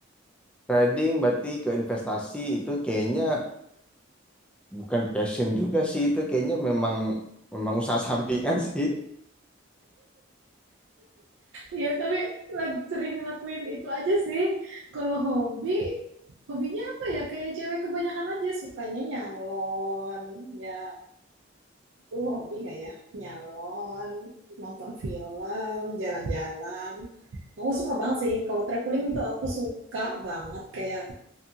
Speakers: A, in the centre; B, on the right.
A: Trading berarti ke investasi itu kayaknya bukan passion juga sih itu kayaknya memang memang usaha sampingan sih.
B: Iya, tapi lagi sering ngelakuin itu aja sih. Kalau hobi, hobinya apa ya? Kayak cewek kebanyakan aja sukanya nyalon. Ya, itu hobi nggak ya? Nyalon, nonton film, jalan-jalan. Aku suka banget sih. Kalau traveling tuh aku suka banget. Kayak